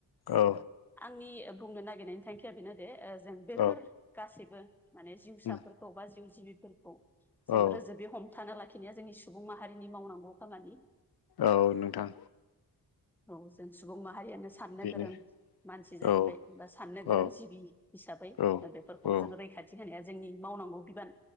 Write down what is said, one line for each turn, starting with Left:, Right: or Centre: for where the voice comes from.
Centre: अ
Left: औ
Centre: आंनि बुंनो नागिरनायनि थांखिया बेनोदि अ जों बेफोर
Left: औ
Centre: गासैबो माने जिउसाफोरखौ
Left: उम
Centre: बा जिउ जिबिफोरखौ जों
Left: औ
Centre: रोजोब बे हमथाना लाखिनाया जोंनि सुबुं माहारिनि मावनांगौ खामानि।
Left: औ नोंथां
Centre: औ जों सु बुं माहारियानो साननो
Left: बेनो
Centre: गोरों मानसि जाहैबाय
Left: औ
Centre: बा साननो गोरों
Left: औ
Centre: जिबि हिसाबै
Left: औ
Centre: ओ बे फोरखौ
Left: औ
Centre: जोङो रैखाथि होनाया जोंनि मावनांगौ बिबान।